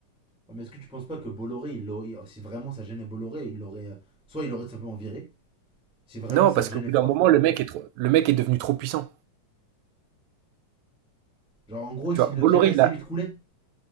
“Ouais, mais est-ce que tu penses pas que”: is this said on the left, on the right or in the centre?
Centre